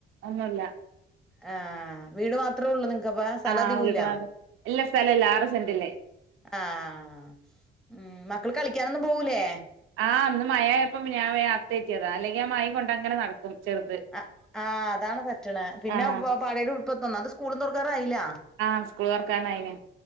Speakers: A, on the right (about 85°); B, in the centre.
A: ഒന്നുല്ല
B: ആഹ് വീട് മാ ത്രോള്ളൂ നിനക്ക്പ്പ സ്ഥലം
A: ആഹ്
B: അധികം
A: വീട്
B: ഇല്ല
A: ഭാഗം ഇല്ല സ്ഥലല്ല ആറ് സെന്റില്
B: ആഹ് ഉം മക്കള് കളിക്കാനൊന്നും പോവൂലേ
A: ആഹ് ന്ന് മയായപ്പം ഞൻ വേ അത്തേറ്റിയതാ അല്ലെങ്കി ആഹ് മയിം കൊണ്ടങ്ങനെ നടക്കു ഉ ചെറുത്
B: അഹ് ആഹ് അതാണ് പറ്റണ പിന്നെ
A: ആഹ്
B: പാടയുടെ ഉടുപ്പത്തോന്നാത് സ്കൂളും തുറക്കാറായില്ല
A: ആഹ് സ്കൂൾ തുറക്കാനായിന്